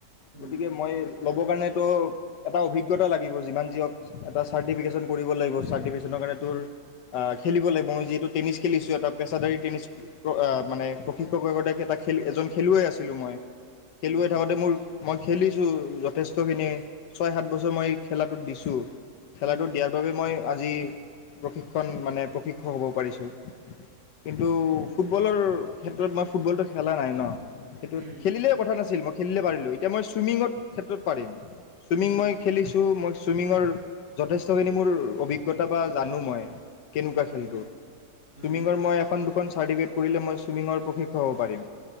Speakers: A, on the right (about 75°); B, on the left (about 80°).
A: উম
B: গতিকে মই মোৰ কাৰণেতো এটা অভিজ্ঞতা লাগিব, যিমান যিহক এটা চাৰ্টিফিকেশ্যন কৰিব লাগিব, চাৰ্টিফিকেশ্যনৰ কাৰণে তোৰ খেলিব লাগিব, মই যিহেতু টেনিছ খেলিছোঁ এটা পেছাদাৰী টেনিছ আ মানে প্ৰশিক্ষকৰ <unintelligible> এটা খেল এজন খেলুৱৈ আছিলোঁ মই খেলুৱৈ
A: উম
B: থাকোতে মোৰ মই খেলিছোঁ। যথেষ্টখিনি ছয়, সাত বছৰ মই খেলাটোত দিছোঁ। খেলাটো
A: উম
B: দিয়াৰ বাবে মই আজি প্ৰশিক্ষণ মানে প্ৰশিক্ষক হ'ব পাৰিছোঁ কিন্তু
A: উম
B: ফুটবলৰ ক্ষেত্ৰত মই ফুটবলটো খেলা নাই ন সেইটো
A: উম
B: খেলিলে কথা নাছিল মই খেলিলে পাৰিলোঁ এতিয়া মই ছুইমিঙৰ ক্ষেত্ৰত পাৰিম চুইমিং
A: উম
B: মই খেলিছো মই ছুইমিঙৰ যথেষ্টখিনি মোৰ অভিজ্ঞতা বা জানো মই কেনেকুৱা খেলটো
A: উম উম
B: চুইমিঙৰ মই দুখন চাৰ্টিফিকেট কৰিলে মই ছুইমিঙৰ প্ৰশিক্ষক হ'ব পাৰিম